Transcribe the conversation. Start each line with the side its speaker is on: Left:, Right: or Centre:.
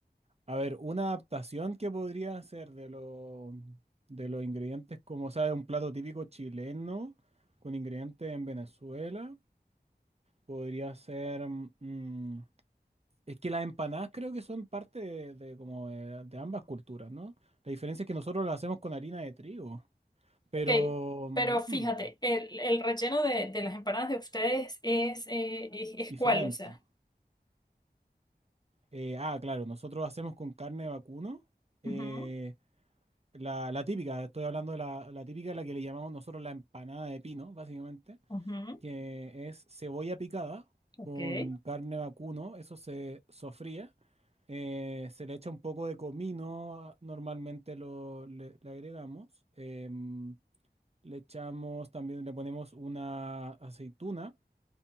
Right: A ver, una adaptación que podría hacer de lo- de los ingredientes, como sabe, un plato típico chileno con ingredientes en Venezuela. Podría ser. mm, es que las empanadas creo que son parte de, de como de, de ambas culturas, ¿no? La diferencia es que nosotros las hacemos con harina de trigo, pero
Left: Ok,
Right: mm,
Left: Pero fíjate, el, el relleno de, de las empanadas de ustedes es, eh, es,
Right: diferente.
Left: es cuál, o sea.
Right: Eh, ah, claro, nosotros hacemos con carne de vacuno. eh,
Left: Ujú,
Right: La, la típica, estoy hablando de la, la típica, la que le llamamos nosotros la empanada de pino, básicamente,
Left: ujú,
Right: que es cebolla picada
Left: ok.
Right: con carne vacuno, eso se sofría, eh, se le echa un poco de comino, normalmente lo, le, le agregamos, em, le echamos también, le ponemos una aceituna